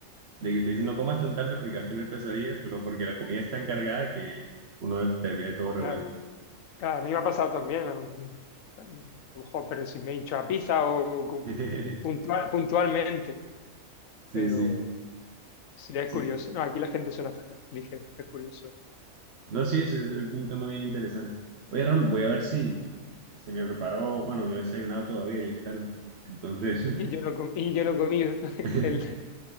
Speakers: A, on the right (about 55°); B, on the left (about 75°).
A: de que te dicen no comas tan tarde porque vas a tener pesadillas, pero porque la comida está encargada que uno termine todo revuelto.
B: claro. Claro, a mí me ha pasado también, a lo, a lo mejor, pero si me he hinchado a pizza o, o cu-
A: <laughs>
B: puntual, puntualmente,
A: Sí,
B: pero
A: sí,
B: sí es
A: sí.
B: curioso. No, aquí la gente suena hacer ligero, es curioso.
A: No, sí, es, es un tema bien interesante. Oye, Raúl, voy a ver si, si me preparo, bueno, no he desayunado todavía y es tarde. Entonces,
B: Y yo no, com- y yo no he comido, <laughs>
A: <laughs>
B: el,